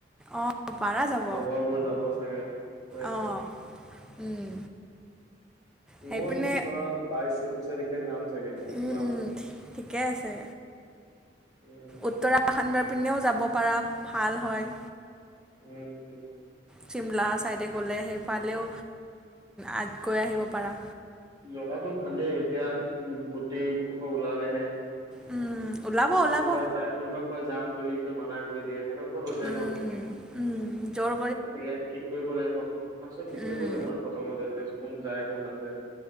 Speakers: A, in the centre; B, on the right.
A: অ পাৰা যাব
B: লগৰবোৰ যাব চাগে, কৈ আছে।
A: অ উম। সেইপিনে
B: মোৰতো ঘৰত বাইশ-একৈশ তাৰিখে যাম চাগে
A: উম,
B: ওলাম
A: উম, ঠিকে আছে।
B: উম
A: উত্তৰাখণ্ডৰ পিনেও যাব পাৰা, ভাল হয়।
B: উম। উম
A: চিমলা ছাইডে গ'লে সেইফালেও আ গৈ আহিব পাৰা।
B: জেগাতটো ভালেই এতিয়া গোটেইখোপা ওলালেহে।
A: উম। ওলাব ওলাব
B: কোনো বা যায়। কোনোবা কৈ যাম বুলি পিছত মানা কৰি দিয়ে তেনেকুৱা হৈ যায়
A: উম
B: ন।
A: উম, জৰ
B: এ ইয়াত ঠিক কৰিব লাগিব পাছত ঠিক কৰিব
A: উম
B: লাগিব ন, প্ৰথমতে যে কোন যায় কোন নাযায়